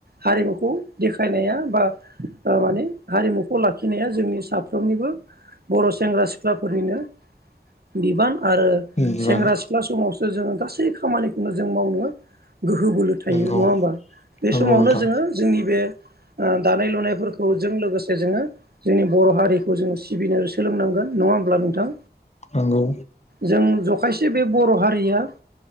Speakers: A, on the right; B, on the left.
A: हारिमुखौ देखायनाया बा माने हारिमुखौ लाखिनाया जोंनि साफ्रोमनिबो बर' सेंग्रा सिख्लाफोरनिनो बिबान आरो
B: बिबान
A: सेंग्रा सिख्ला समावसो जोङो गासै खामानिखौनो जों मावनो गोहो बोलो थायो
B: नंगौ
A: नङा होमबा बे
B: नंगौ
A: समावनो
B: नोंथां
A: जोङो जोंनि बे दानाय लुनायफोरखौ जों लोगोसे जोङो जोंनि बर' हारिखौ जोङो सिबिनो सोलोंनांगोन नङा होमब्ला नोंथां?
B: नंगौ
A: जों जखायसे बे बर' हारिया